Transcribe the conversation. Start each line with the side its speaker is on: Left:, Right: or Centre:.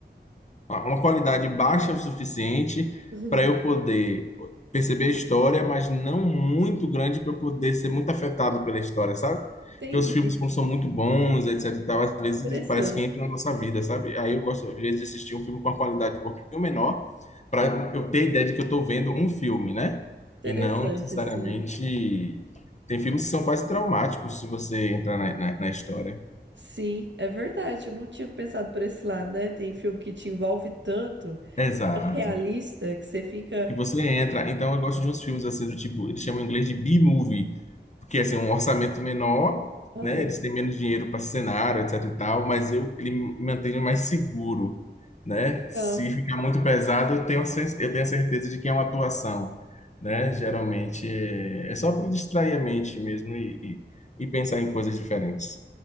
Left: uma qualidade baixa o suficiente
Right: Uhum.
Left: para eu poder perceber a história, mas não muito grande para eu poder ser muito afetado pela história, sabe?
Right: Entendi.
Left: Porque os filmes, quando são muito bons, etc e tal, às vezes
Right: Interessante,
Left: eles parece que entram na nossa vida, sabe? Aí eu gosto, às vezes, de assistir um filme com uma qualidade um pouquinho menor, para eu ter ideia de que eu estou vendo um filme, né?
Right: interessante,
Left: E não necessariamente.
Right: assim.
Left: Tem filmes que são quase traumáticos se você entrar na, na na história.
Right: Sim, é verdade. Eu não tinha pensado por esse lado, né? Tem filme que te envolve tanto,
Left: Exato.
Right: que é tão realista, que você fica.
Left: que você entra. Então eu gosto de uns filmes assim do tipo, eles chamam em inglês de B-movie, porque assim, é um orçamento menor,
Right: Aham,
Left: né? Eles têm menos dinheiro para cenário, etc e tal, mas eu ele me mantém mais seguro, né?
Right: Legal.
Left: Se ficar muito pesado, eu tenho a eu tenho a certeza de que é uma atuação, né? Geralmente é, é só para distrair a mente mesmo e, e e pensar em coisas diferentes.